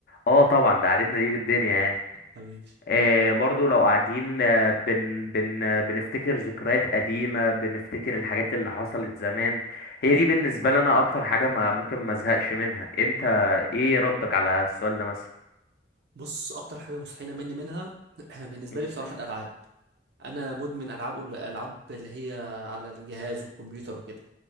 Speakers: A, on the left; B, on the right.
A: اه طبعا ده قعدتنا دي بالدنيا يعني
B: حبيبي
A: آه برضو لو قاعدين آه، بن بن آه، بنفتكر ذكريات قديمه بنفتكر الحاجات اللي حصلت زمان هي دي بالنسبه لنا اكتر حاجه ما ممكن ما ازهقش منها انت ايه ردك على السؤال ده مثلا
B: بص اكتر حاجة مستحيل امل منها <clears throat> بالنسبة
A: مم.
B: لي بصراحة الالعاب انا مدمن العاب أون- العاب اللي هي على الجهاز والكمبيوتر وكده